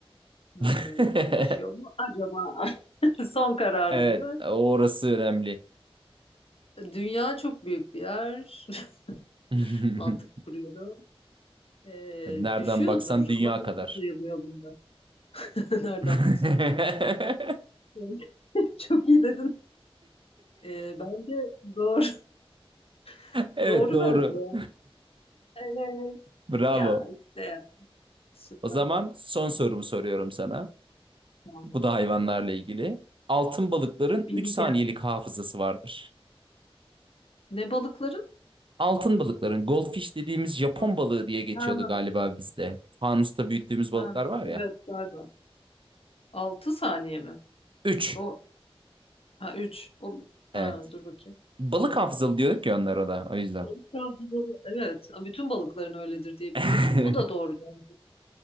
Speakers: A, on the left; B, on the right.
A: Hmm,
B: <laughs>
A: düşüyor mu acaba? <laughs> Son kararın
B: Evet,
A: mı?
B: orası önemli.
A: Dünya çok büyük bir yer. <laughs>
B: <laughs>
A: Mantık kuruyorum. Ee,
B: Nereden
A: düşüyordur
B: baksan dünya
A: ama nasıl
B: kadar.
A: sayılıyor bunlar? <laughs> Nereden
B: <laughs>
A: baksan dünya. <laughs> Çok iyi dedin. Ee, bence doğru. <laughs>
B: Evet,
A: Doğru
B: doğru.
A: bence. Evet.
B: Bravo.
A: Ya işte ya. Süper.
B: O zaman son sorumu soruyorum sana.
A: Tamam.
B: Bu da hayvanlarla
A: Tamam.
B: ilgili. Altın balıkların
A: Bileceğim.
B: 3 saniyelik hafızası vardır.
A: Ne balıkların?
B: Altın balıkların goldfish dediğimiz Japon
A: Al-
B: balığı diye geçiyordu
A: Ha,
B: galiba bizde. Fanusta büyüttüğümüz balıklar
A: ha.
B: var ya.
A: Evet galiba. 6 saniye mi?
B: 3.
A: O ha üç O
B: Evet.
A: ha dur bakayım.
B: Balık hafızalı diyorduk ya onlara da o yüzden.
A: Balık avcıları, evet. Bütün balıkların öyledir diye biliyorum.
B: <laughs>
A: Bu da doğru. bence.